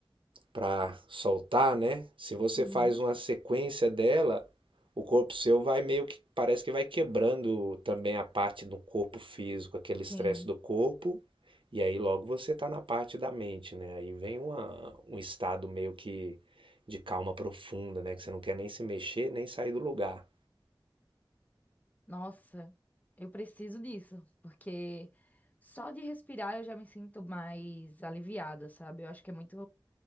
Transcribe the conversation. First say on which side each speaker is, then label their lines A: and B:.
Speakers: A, on the right; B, on the left.
A: para soltar, né? Se você
B: Uhum.
A: faz uma sequência dela, o corpo seu vai meio que parece que vai quebrando também a parte do corpo físico, aquele estresse
B: Sim.
A: do corpo. E aí logo você tá na parte da mente, né? Aí vem uma, um estado meio que de calma profunda, né? Que você não quer nem se mexer, nem sair do lugar.
B: Nossa, eu preciso disso, porque só de respirar eu já me sinto mais aliviada, sabe? Eu acho que é muito